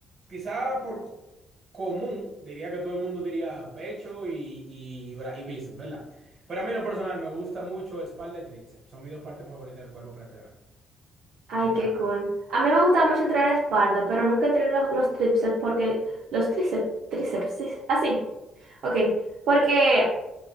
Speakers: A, on the right (about 50°); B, on the right (about 75°).
A: quizá por c- común, diría que todo el mundo diría pecho y, y, bra- y bíceps, ¿verdad? Pero a mí en lo personal me gusta mucho espalda y tríceps. Son mis dos partes favoritas del cuerpo para entrenar.
B: Ay,
A: Me encanta.
B: qué cool. A mí me gustaba mucho entrenar espalda, pero nunca entrené los, los tríceps porque... Los tríceps, tríceps, sí. sí, Así, ok. Porque